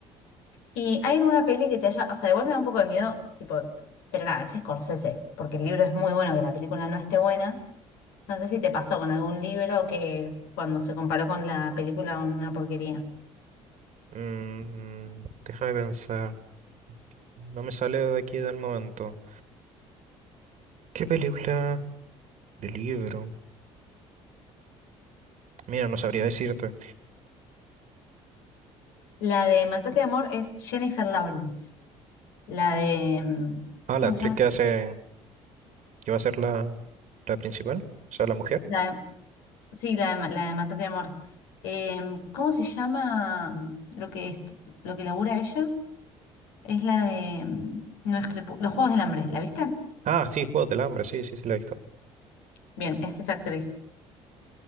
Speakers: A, on the left; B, on the right.
A: ¿Y hay alguna peli que te haya, o sea, igual me da un poco de miedo, tipo, pero nada, es Scorsese, porque el libro es muy bueno, que la película no esté buena. No sé si te pasó con algún libro que cuando se comparó con la película una porquería.
B: Mm, déjame pensar, no me sale de aquí del momento. ¿Qué película de libro? Mira, no sabría decirte.
A: La de Matate Amor es Jennifer Lawrence. La de, mm,
B: Ah,
A: ¿cómo
B: la actriz
A: se llama?
B: que hace, que va a ser la, la principal, o sea, la mujer.
A: La de- sí, la de, la de Matate Amor. Eh, ¿cómo se llama lo que, estu- lo que labura ella? Es la de... mm, No es Crepú- Los Juegos del Hambre, ¿la viste?
B: Ah, sí, Juegos del Hambre, sí, sí, sí, la he visto.
A: Bien, es esa actriz.